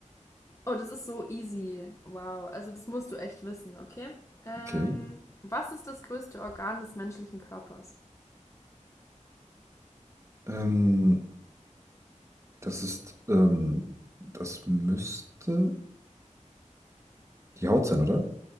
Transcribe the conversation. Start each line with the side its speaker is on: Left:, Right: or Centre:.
Left: Oh, das ist so easy. Wow, also das musst du echt wissen, okay? Ähm,
Right: Okay.
Left: was ist das größte Organ des menschlichen Körpers?
Right: Ähm, das ist, ähm, das müsste die Haut sein, oder?